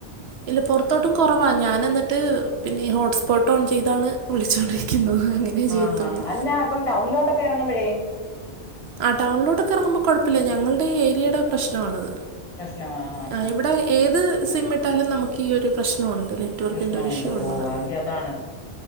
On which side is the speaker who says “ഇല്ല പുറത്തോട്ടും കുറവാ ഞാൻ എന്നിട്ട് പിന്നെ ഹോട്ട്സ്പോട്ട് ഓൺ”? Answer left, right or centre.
Right